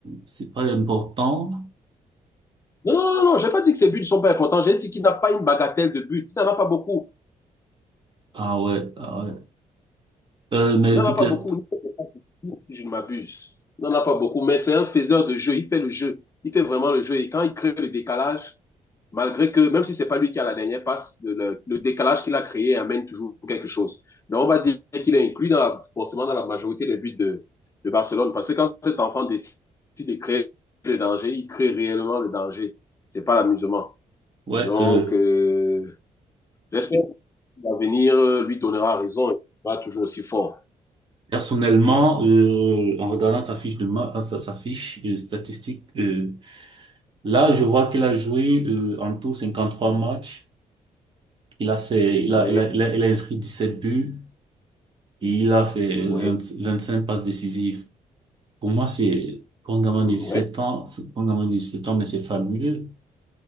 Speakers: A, on the right; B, on the left.
A: c'est pas important.
B: Non, non, non, non, j'ai pas dit que ses buts ne sont pas importants. J'ai dit qu'il n'a pas une bagatelle de buts. Il n'en a pas beaucoup.
A: Ah ouais, ah ouais. Euh, mais
B: Il n'en
A: toutes
B: a pas
A: les,
B: beaucoup. Si je ne m'abuse. Il n'en a pas beaucoup, mais c'est un faiseur de jeu. Il fait le jeu. Il fait vraiment le jeu. Et quand il crée le décalage, Malgré que, même si c'est pas lui qui a la dernière passe, le, le décalage qu'il a créé amène toujours quelque chose. Donc, on va dire qu'il est inclus dans la, forcément dans la majorité des buts de, de Barcelone. Parce que quand cet enfant décide de créer le danger, il crée réellement le danger. C'est pas l'amusement.
A: ouais.
B: Donc,
A: Euh...
B: euh, j'espère que l'avenir lui donnera raison et il sera toujours aussi fort.
A: Personnellement, euh, en regardant sa fiche de ma, euh, sa, sa fiche euh, statistique, euh, là, je vois qu'il a joué euh, en tout 53 matchs. Il a fait, il
B: Oui,
A: a, il a, il a, il a inscrit 17 buts et il a fait euh,
B: oui,
A: 25 passes décisives. Pour moi, c'est pour un gamin
B: oui.
A: de 17 ans, c'est- pour un gamin de 17 ans, mais c'est fabuleux.